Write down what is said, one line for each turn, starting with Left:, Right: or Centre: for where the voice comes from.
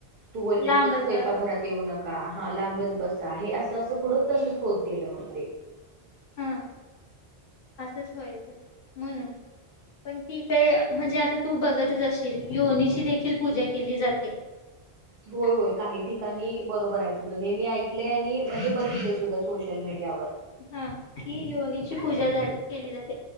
Right: तू बोललेस
Left: लांबच
Right: तसं स्वयपाक
Left: राहावा.
Right: घरात येऊ नका हा लांबच बस हे असं असं पुढं तसंच
Left: हम्म
Right: होत. होत गेलं मग ते
Left: हा असंच व्हायचं म्हणून पण ती काडे म्हणजे आता तू बघतच असशील योनीची देखील पूजा केली जाते.
Right: होय होय काही ठिकाणी बरोबर आहे तुझं हे मी ऐकले आणि म्हणजे बघितले सुद्धा सोशल सोशल मिडियावर
Left: हा की योनीची पूजा झाली केली जाते.